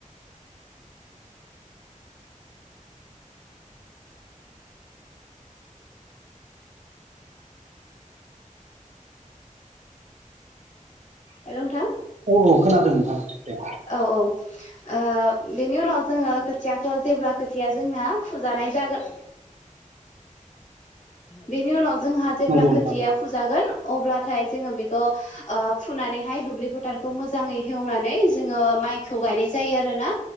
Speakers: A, on the left; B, on the right.
A: हेल' नोंथां।
B: औ खोनादों नोंथां। दे
A: औ औ ओ बेनि उनाव जोङो खोथियाखो जेब्ला खोथिया जोंना फुजानाय जागोन बेनि उनाव जोंहा जेब्ला
B: नंगौ
A: खोथिया
B: नोंथां
A: फुजागोन अब्लाथाय जोङो बेखो अ फुनानैहाय दुब्लि फोथारखौ मोजाङै हेवनानै जोङो माइखौ गायनाय जायो आरोना।